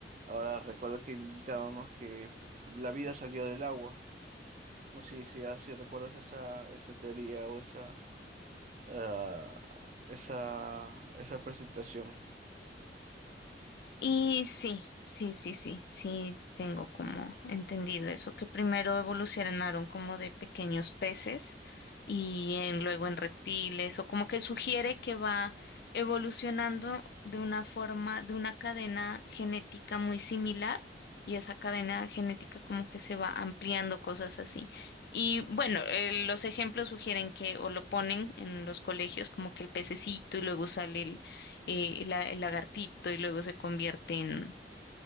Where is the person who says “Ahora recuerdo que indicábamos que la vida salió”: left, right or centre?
Right